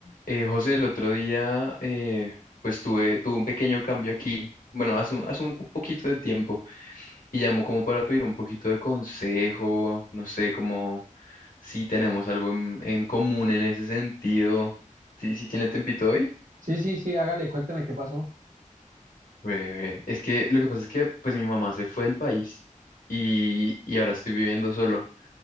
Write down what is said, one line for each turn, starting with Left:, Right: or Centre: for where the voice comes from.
Left: Eh, José, el otro día, eh, pues tuve, tuve un pequeño cambio aquí, bueno, hace un, hace un cu- poquito de tiempo, y llamó como para pedir un poquito de consejo, no sé, como si tenemos algo en, en común en ese sentido. ¿Sí, sí tiene tempito hoy?
Right: Sí, sí, sí, hágale, cuénteme qué pasó.
Left: Breve. Es que lo que pasa es que pues mi mamá se fue del país y, y ahora estoy viviendo solo,